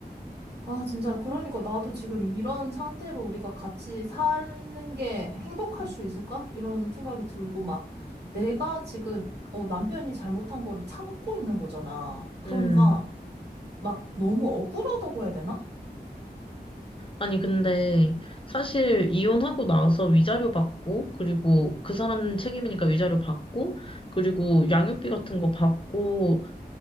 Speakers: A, on the right; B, on the left.
A: 아, 진짜. 그러니까 나도 지금 이런 상태로 우리가 같이 사는 게 행복할
B: 음.
A: 수 있을까? 이런 생각이 들고, 막, 내가 지금, 어, 남편이 잘못한 거를 참고 있는 거잖아. 그러니까,
B: 음.
A: 막, 너무 억울하다고 해야 되나?
B: 아니, 근데 사실 이혼하고 나서 위자료 받고, 그리고 그 사람 책임이니까 위자료 받고, 그리고 양육비 같은 거 받고,